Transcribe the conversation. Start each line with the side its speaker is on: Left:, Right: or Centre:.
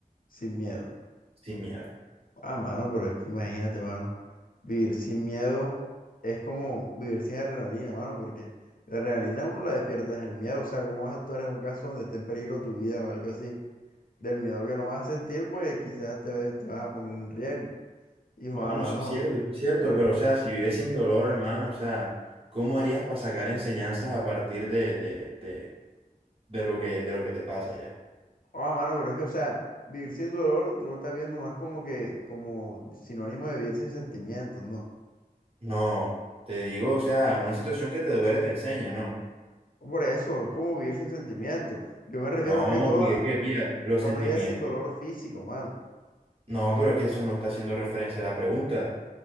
Left: sin miedo.
Right: sin miedo.
Left: Ah, mano, pero es que imagínate, mano. Vivir sin miedo es como vivir sin adrenalina, mano, porque la adrenalina uno la despierta es el miedo. O sea, ¿cómo vas a actuar en un caso donde esté en peligro tu vida o algo así? Del miedo que no vas a sentir, pues quizás te, ve- te vas a poner en riesgo. Hijo,
Right: Bueno,
Left: a mano,
Right: eso es cierto, eso es cierto,
Left: creo,
Right: pero o sea, si vives sin dolor, hermano, o sea, ¿cómo harías para sacar enseñanzas a partir de, de, de, de lo que, de lo que te pasa ya.
Left: a mano, pero es que, o sea, vivir sin dolor, tú lo estás viendo más como que, como sinónimo de vivir sin sentimientos, ¿no?
Right: No, te digo, o sea, una situación que te duele te enseña, ¿no?
Left: Por eso, es como vivir sin sentimientos. Yo me refiero
Right: No,
Left: más que todo
Right: porque
Left: a,
Right: es que, pilla, los
Left: a
Right: sentimientos.
Left: una idea sin dolor físico, mano.
Right: No, pero es que eso no está haciendo referencia a la pregunta.